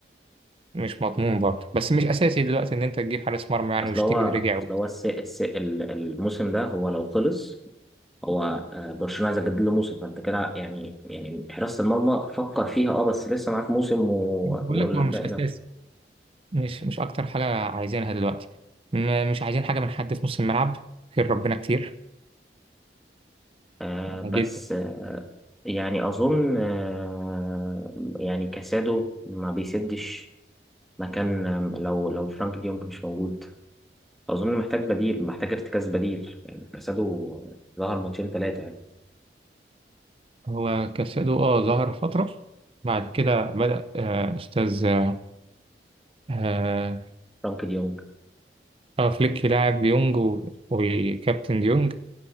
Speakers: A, on the right; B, in the centre.
A: فمش مضمون برضه بس مش أساسي دلوقتي إن أنت تجيب حارس مرمى يعني
B: اصل
A: وشتيجن
B: هو
A: رجع
B: اصل
A: و-
B: هو الس... الس... ال- الموسم ده هو لو خلص هو آه، برشلونة عايز يجدد له موسم فانت كده يعني يعني حراسة المرمى فكر فيها اه بس لسه معاك موسم و-
A: بقول
B: والباقي
A: لك هو مش أساسي
B: ده
A: مش مش أكتر حاجة عايزينها دلوقتي م- مش عايزين حاجة من حد في نص الملعب خير ربنا كتير
B: آه
A: يعني
B: بس
A: جدا
B: آه يعني اظن آه يعني كاسادو ما بيسدش مكان آه، لو لو فرانك ديونج مش موجود اظن محتاج بديل محتاج ارتكاز بديل يعني كاسادو ظهر ماتشين ثلاثة
A: هو كاسادو اه ظهر فترة بعد كده بدأ آه، أستاذ آه، آه،
B: فرانك ديونج
A: اه فليك لاعب ديونج و- وكابتن ديونج